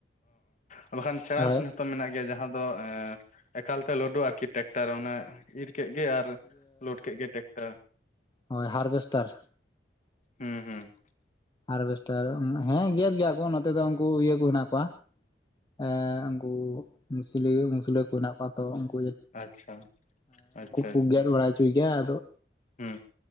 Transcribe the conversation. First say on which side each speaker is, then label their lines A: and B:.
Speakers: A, on the left; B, on the left.
A: ᱚ ᱵᱟᱠᱷᱟᱱ ᱥᱮᱲᱟ
B: ᱦᱳᱭ
A: ᱢᱤᱥᱤᱱ ᱛᱚ ᱢᱮᱱᱟᱜ ᱜᱮᱭᱟ ᱡᱟᱦᱟᱸ ᱫᱚ ᱮ ᱮᱠᱟᱞᱛᱮ ᱞᱩᱰᱩ ᱟᱨᱠᱤ ᱴᱮᱠᱴᱟᱨ ᱮ ᱚᱱᱮ ᱤᱨ ᱠᱮᱫ ᱜᱮ ᱟᱨ ᱞᱚᱰ ᱠᱮᱫ ᱜᱮ ᱴᱮᱠᱴᱟᱨ
B: ᱦᱚᱭ ᱦᱟᱨᱵᱷᱮᱥᱴᱟᱨ
A: ᱦᱩᱸ ᱦᱩᱸ᱾
B: ᱦᱟᱨᱵᱷᱮᱥᱴᱟᱨ ᱦᱮᱸ ᱜᱮᱫ ᱜᱮᱭᱟ ᱠᱚ ᱱᱚᱛᱮ ᱫᱚ ᱩᱱᱠᱩ ᱤᱭᱟᱹ ᱠᱚ ᱦᱮᱱᱟᱜ ᱠᱚᱣᱟ ᱮ ᱩᱱᱠᱩ ᱢᱩᱥᱞᱤ ᱢᱩᱥᱞᱟᱹ ᱠᱚ ᱦᱮᱱᱟᱜ ᱠᱚᱣᱟ ᱛᱚ ᱩᱱᱠᱩ
A: ᱟᱪᱪᱷᱟ ᱟᱪᱪᱷᱟ
B: ᱠᱚ
A: ᱟᱪᱪᱷᱟ
B: ᱜᱮᱫ ᱵᱟᱲᱟ ᱦᱚᱪᱚᱭ ᱜᱮᱭᱟ ᱟᱫᱚ
A: ᱦᱩᱸ